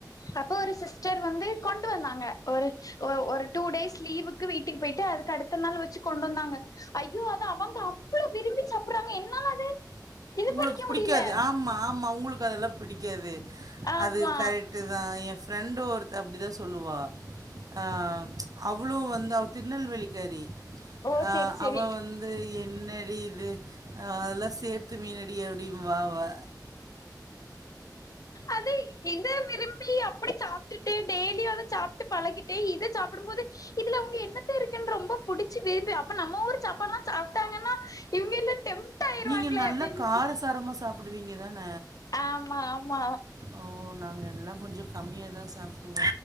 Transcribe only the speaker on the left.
அப்போ ஒரு சிஸ்டர் வந்து கொண்டு வந்தாங்க ஒருச் ஒ ஒரு டூ டேஸ் லீவுக்கு வீட்டுக்கு போயிட்டு அதுக்கு அடுத்த நாள் வச்சு கொண்டு வந்தாங்க ஐயோ அத அவங்க அவ்ளோ விரும்பி சாப்டறாங்க என்னால அது இது
பண்ணிக்க
முடியல
ஆமா
ஓ
செரி செரி
அதி இதை விரும்பி அப்டி சாப்டுட்டு டெய்லியு அத சாப்ட்டு பழகிட்டு இத சாப்படும் போது இதுல அவங்க என்னத்த இருக்குன்னு ரொம்ப புடிச்சு விரும்பி அப்ப நம்ம ஊர் சாப்பாடலா சாப்டாங்கன்னா இவங்க எல்லா டெம்ட் ஆயிருவாங்களே
அப்படின்னு
ஆமா ஆமா.